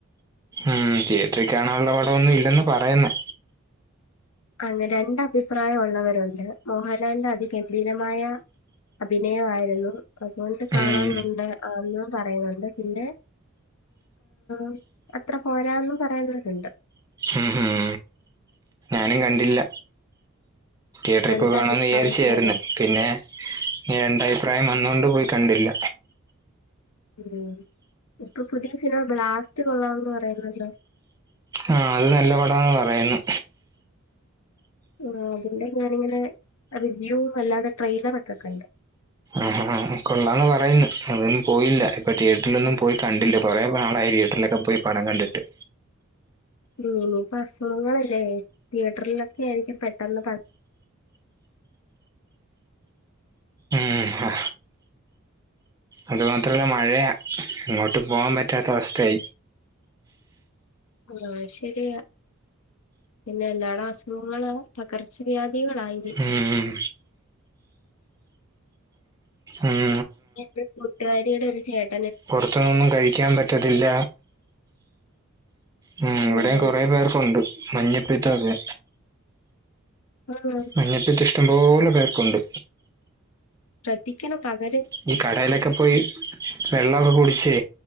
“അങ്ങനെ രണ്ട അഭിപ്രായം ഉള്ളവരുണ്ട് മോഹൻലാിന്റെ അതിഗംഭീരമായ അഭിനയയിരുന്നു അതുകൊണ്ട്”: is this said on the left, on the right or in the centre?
Left